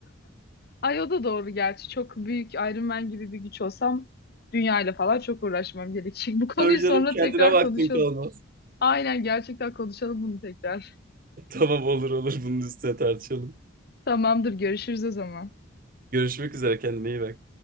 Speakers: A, on the left (about 50°); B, on the right (about 45°).
A: Ay o da doğru gerçi. Çok büyük Iron Man gibi bir güç olsam dünyayla falan çok uğraşmam gerekecek. Bu
B: <laughs>
A: konuyu
B: Tabii
A: sonra
B: canım kendine
A: tekrar
B: vaktin
A: konuşalım.
B: kalmaz.
A: Aynen gerçekten konuşalım bunu tekrar.
B: <laughs> Tamam olur olur bunun üstüne tartışalım.
A: Tamamdır görüşürüz o zaman.
B: Görüşmek üzere kendine iyi bak.